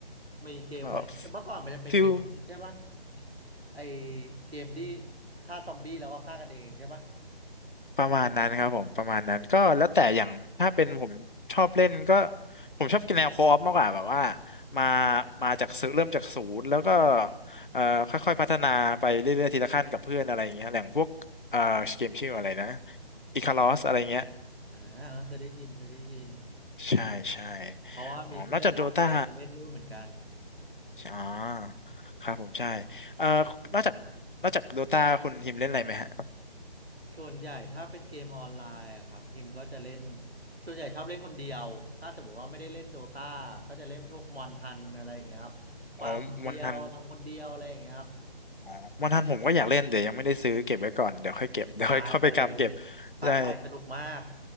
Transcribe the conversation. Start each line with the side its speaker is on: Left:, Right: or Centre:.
Right: มีเกมอะไรแต่เมื่อก่อนมันจะเป็นเกมนี้ใช่ปะ
Left: ก็ฟิล
Right: ไอเกมที่ฆ่าซอมบี้แล้วก็ฆ่ากันเองใช่ปะ
Left: ประมาณนั้นครับผมประมาณนั้นก็แล้วแต่อย่างถ้าเป็นผมชอบเล่นก็ผมชอบกินแนวโคออฟมากกว่าแบบว่ามามาจากศูนย์เริ่มจากศูนย์แล้วก็เอ่อค่อยๆพัฒนาไปเรื่อยๆทีละขั้นกับเพื่อนอะไรอย่างเงี้ยอย่างพวกเอ่อเกมชื่ออะไรนะอิคารอสอะไรเงี้ย
Right: อ่าเออเคยได้ยินเคยได้ยิน
Left: ใช่ใช่
Right: เพราะว่ามีเพื่อนนอกใจไปเล่นด้วยเหมือนกัน
Left: อ๋อนอกจากโดตาอ๋อครับผมใช่เอ่อนอกจากนอกจากโดตาคุณทีมเล่นอะไรไหมฮะ
Right: ส่วนใหญ่ถ้าเป็นเกมออนไลน์อะครับพิมก็จะเล่นส่วนใหญ่ชอบเล่นคนเดียวถ้าสมมติว่าไม่ได้เล่นโดตาก็จะเล่นพวกมอนทันอะไรอย่างเงี้ยครับฟาร์มคนเดียวทำคนเดียวอะไรอย่างเงี้ยครับ
Left: อ๋อวันทัน อ๋อวันทันผมก็อยากเล่นเดี๋ยวยังไม่ได้ซื้อเก็บไว้ก่อนเดี๋ยวค่อยเก็บเดี๋ยวค่อยเไปกำเก็บ
Right: มาเลยภาคใหม่สนุกมาก
Left: ใช่